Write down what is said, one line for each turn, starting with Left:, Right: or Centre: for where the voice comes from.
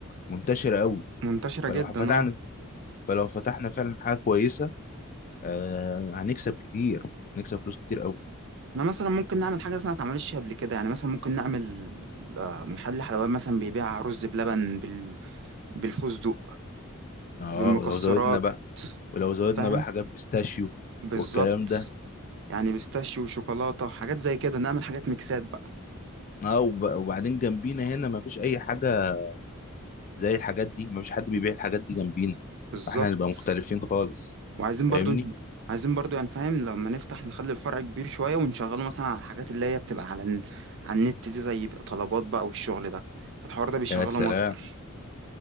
Left: منتشرة أوي
Right: منتشرة
Left: فلو
Right: جدا
Left: فتحنا
Right: اه
Left: فلو فتحنا فعلا حاجة كويسة آه هنكسب كتير نكسب فلوس كتير أوي
Right: احنا مثلا ممكن نعمل حاجة مثلا ما اتعملتش قبل كده يعني مثلا ممكن نعمل آه، محل حلويات مثلا بيبيع رز بلبن بال... بالفستق
Left: آه
Right: بالمكسرات
Left: ولو زودنا بقى ولو زودنا
Right: فاهم
Left: بقى حاجات بيستاشيو
Right: بالظبط
Left: والكلام ده
Right: يعني بيستاشيو وشوكولاتة حاجات زي كده نعمل حاجات ميكسات بقى
Left: اه وب- وبعدين جنبينا هنا مفيش اي حاجه زي الحاجات دي مفيش حد بيبيع الحاجات دي جنبينا
Right: بالظبط
Left: فاحنا هنبقى مختلفين خالص
Right: وعايزين
Left: فاهمني
Right: برضو عايزين برضو يعني فاهم لما نفتح نخلي الفرع كبير شوية ونشغله مثلا على الحاجات اللي هي بتبقى على ال... على النت دي زي بقى طلبات بقى والشغل ده فالحوار ده بيشغلهم
Left: يا سلام
Right: أكتر